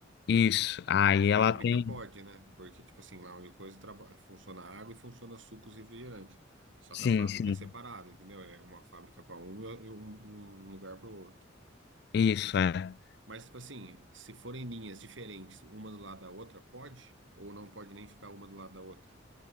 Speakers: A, on the left; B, on the right.
A: isso. Aí
B: A fábrica
A: ela tem.
B: pode, né? Porque, tipo assim, lá onde coisa traba- funciona água e funciona sucos e refrigerante. Só
A: Sim,
B: que a fábrica
A: sim.
B: é separada, entendeu? É uma fábrica para um e um um lugar para o outro.
A: Isso, é.
B: Mas, tipo assim, se forem linhas diferentes, uma do lado da outra, pode? Ou não pode nem ficar uma do lado da outra?